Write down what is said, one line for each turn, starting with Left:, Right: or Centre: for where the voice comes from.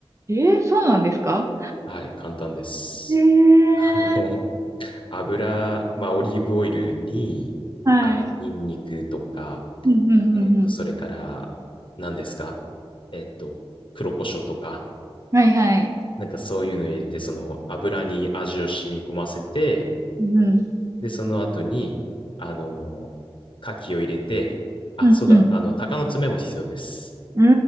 Right: えー、そうなんですか
Left: はい、簡単です。
Right: えー、
Left: <laughs> あの、<laughs> 油、まあオリーブオイルに、
Right: はい。
Left: あの、ニンニクとか、
Right: うんうんうんうん。
Left: えっと、それから、何ですかえっと、黒胡椒とか、
Right: はいはい。
Left: なんかそういうの入れて、その油に味を染み込ませて、
Right: うん。
Left: で、その後に、あの、牡蠣を入れて、あ、
Right: うん、
Left: そうだ、
Right: うん。
Left: あの、鷹の爪も必要です。
Right: う